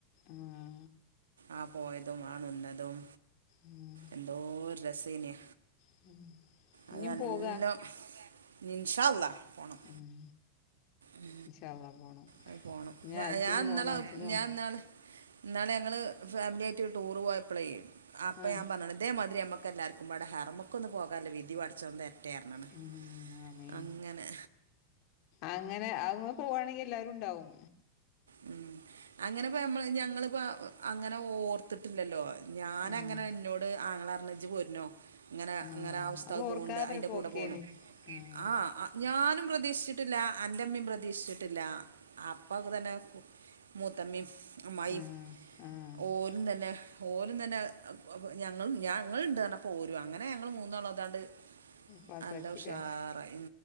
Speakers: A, on the left; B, on the right.
A: ആഹ്
B: ആ പോയതും ആ നിന്നതും
A: ഉം
B: എന്തോ രെസയിന്.
A: <unintelligible> ഇഞ്ഞും
B: അതെല്ലാം.
A: പോക
B: നിൻഷ അള്ളാ പോണം.
A: ഉം
B: ഉ
A: ഇൻഷാ അള്ളാ പോണം
B: അത് പോണം.
A: ഹജ്ജിന്
B: ഞാൻ ഇന്നള്
A: പോണം ഹജ്ജിന് പോണം
B: ഞാൻന്നാള് ഇന്നാള് ഞങ്ങള് ഫാമിലിയായിട്ട് ഒരു ടൂറ് പോയപ്പ്ളെ അപ്പോ
A: ആഹ്
B: ഞാൻ പറഞ്ഞാണ് ദേ ഇതേമാതിരി നമക്ക് എല്ലാവര്ക്കും നമ്മടെ ഹറ്മക്ക്‌ ഒന്ന് പോകാല്ലോ വിധി പടച്ചൊന്റെ റ്റേർണണ്
A: ഉം ആമേ
B: അങ്ങനെ.
A: അങ്ങനെ അങ്ങ് പോവുവാണെങ്കിൽ എല്ലാരും ഉണ്ടാവും.
B: മ അങ്ങനെ ഇപ്പ നമ്മള് ഞങ്ങളിപ്പോ അങ്ങനെ ഓർത്തിട്ട് ട്ടില്ലല്ലോ ഞാന
A: ഉം
B: അങ്ങനെ എന്നോട് ആങ്ങള റഞ്ഞു ഇജ് പോരുന്നോ? ഇങ്ങനെ
A: ഉം
B: അങ്ങനെ ആ ഉസ്താദ്
A: അത് ഓർക്കാതൊരു
B: പോകുന്നുണ്ട്. അതിൻ്റെ
A: പോക്കേന്
B: കൂടെ പോകണം.
A: ആഹ്
B: ആ ആ ഞാനും പ്രതീക്ഷിച്ചിട്ടില്ല. എൻറമ്മയും പ്രതീക്ഷിച്ചിട്ടില്ല പതുവ് തന്നെ മൂത്തമ്മി അമ്മായിം
A: ഉം ആഹ് ആഹ്
B: ഓരും തന്നെ. ഓരും തന്നെ ഞങ്ങള് ഞങ്ങ ഉണ്ട് നറഞ്ഞപ്പോൾ ഓരും അങ്ങനെ ഞങ്ങൾ മൂന്നാളു ദാണ്ട്
A: പാസാക്കില്ലേ
B: നല്ല ഉഷാറായി.